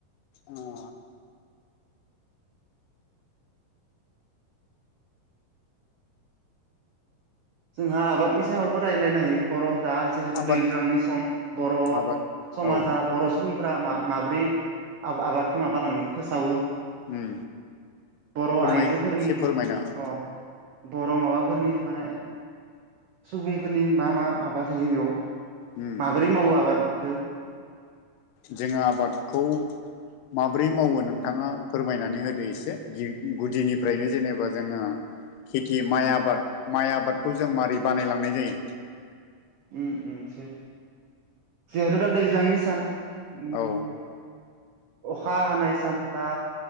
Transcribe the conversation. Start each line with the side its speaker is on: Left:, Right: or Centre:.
Left: ओ
Right: जोंहा आबादनि सायावबो रायलायनो हायो बर' दा जिहेतु
Left: आबाद
Right: दैज्लांनि सम बर'
Left: आबाद
Right: समाजा
Left: औ
Right: बर' सुबुं फोरा मा माब्रै आबा आबादखो माबालाङो फोसावो
Left: उम
Right: बर'
Left: फोरमाय
Right: आइजोफोरनि
Left: एसे फोरमायना हो
Right: अ बर' माबाफोरनि माने सुबुंफोरनि मा मा माबा थायो बेयाव
Left: उम
Right: माबोरै मावो आबादखो
Left: जोङो आबादखौ माब्रै मावो नोंथाङा फोरमायनानै होदो एसे <unintelligible> गुदिनिफ्रायनो जेनेबा जोङा खेथि माइ
Right: अ
Left: आबाद
Right: अ
Left: माइ आबादखौ जों माबारै बानायलांनाय जायो।
Right: उम उम सो जिहेथु दा दैज्लांनि सान <unintelligible>
Left: औ
Right: अखा हानाय सान दा